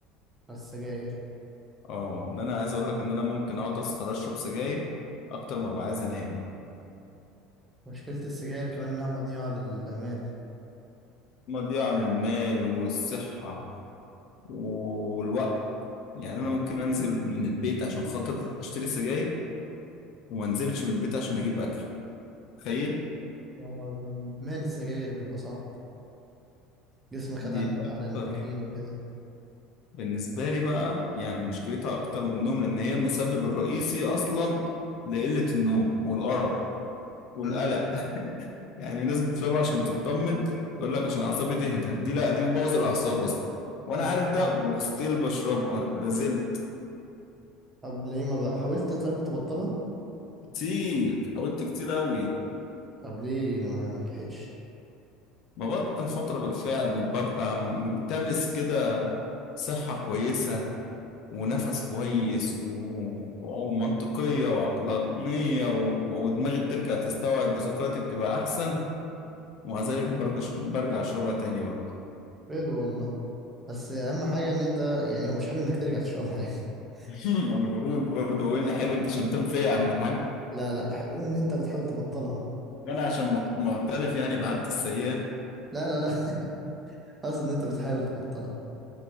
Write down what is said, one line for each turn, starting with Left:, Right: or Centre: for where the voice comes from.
Right: السجاير
Left: اه إن أنا عايز أقول لك إن أنا ممكن أقعد أسهر أشرب سجاير أكتر ما ببقى عايز أنام
Right: مشكلة السجاير كمان انها مضيعة للآمال
Left: مضيعة للمال والصحة والوقت يعني أنا ممكن أنزل من البيت عشان خاطر أشتري سجاير وما أنزلش من البيت عشان أجيب أكل تخيل
Right: آه، ادمان السجاير بيبقى صعب جسمك خد
Left: دي
Right: عن- على
Left: أكتر
Right: النيكوتين وكده
Left: بالنسبة لي بقى يعني مشكلتها أكتر من النوم لأن هي المسبب الرئيسي أصلا لقلة النوم والأرق والقلق
Right: امم
Left: <laughs> يعني في ناس بتشربها عشان تطمن تقول لك عشان أعصابي تهدى دي لا دي بتبوظ الأعصاب أصلا وأنا
Right: أمم.
Left: عارف ده وستيل بشربها لازلت
Right: طب ليه ما بقى حاولت طيب تبطلها
Left: كتير حاولت كتير أوي
Right: طب ليه ما نجحتش
Left: ببطل فترة بالفعل وببقى ملتمس كده صحة كويسة ونفس كويس و- ومنطقية وعقلانية و- ودماغي بترجع تستوعب وذاكرتي بتبقى أحسن ومع ذلك برجع برجع أشربها تاني برضه
Right: حلو والله بس اهم حاجه ان انت يعني هو مش حلو انك ترجع تشربها يعني <laughs>
Left: <laughs> وأنا بقول برضه هو إيه اللي حلو أنت شمتان فيا يا عم الحاج
Right: لا لا حلو ان انت بتحاول تبطلها
Left: أنا عشان مح- معترف يعني بعادتي السيئة
Right: لا لا لا <laughs> اقصد ان انت بتحاول تبطلها